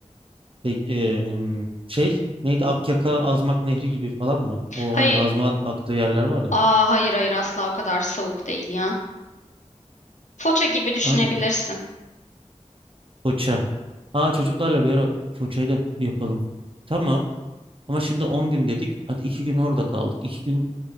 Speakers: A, on the right (about 45°); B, on the left (about 80°).
A: Pe- e, hmm, şey neydi Akyaka Azmak Nehri gibi falan mı? O
B: Hayır,
A: hani Azman aktığı yerler var ya.
B: aa, hayır hayır asla o kadar soğuk değil ya. Foça gibi düşünebilirsin.
A: An Foça. Aa çocuklarla bir ara Foça'yı da yapalım. Tamam. Ama şimdi 10 gün dedik. Hadi 2 gün orada kaldık. iki gün